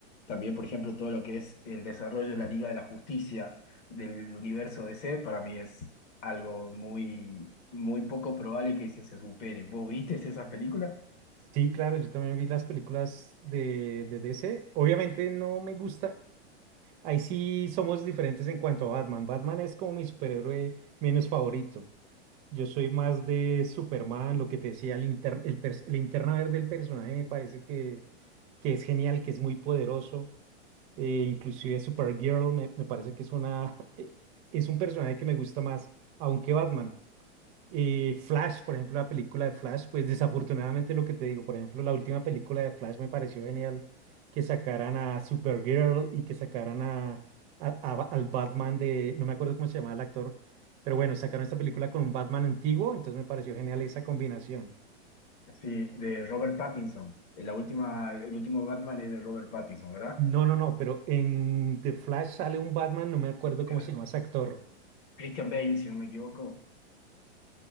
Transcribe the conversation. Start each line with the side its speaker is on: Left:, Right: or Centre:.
Left: también por ejemplo todo lo que es el desarrollo de la Liga de la Justicia del universo D C para mí es algo muy, muy poco probable que se, se supere. ¿Vos viste esas películas?
Right: sí, claro, yo también vi las películas de, de DC. Obviamente no me gusta, Ahí sí somos diferentes en cuanto a Batman. Batman es como mi superhéroe menos favorito. Yo soy más de Superman, lo que te decía, el inter- el pers- la linterna verde del personaje me parece que, que es genial, que es muy poderoso. Eh, inclusive Supergirl me, me parece que es una, <laughs> eh, es un personaje que me gusta más, aunque Batman. Eh, Flash, por ejemplo, la película de Flash, pues desafortunadamente lo que te digo, por ejemplo, la última película de Flash me pareció genial que sacaran a Supergirl y que sacaran a, a- a- al Batman de, no me acuerdo cómo se llamaba el actor, pero bueno, sacaron esta película con un Batman antiguo, entonces me pareció genial esa combinación.
Left: Sí, de Robert Pattinson. La última, el último Batman es de Robert Pattinson, ¿verdad?
Right: No, no, no, pero en The Flash sale un Batman, no me acuerdo cómo
Left: Era-
Right: se llama ese actor.
Left: Christian Bale, si no me equivoco.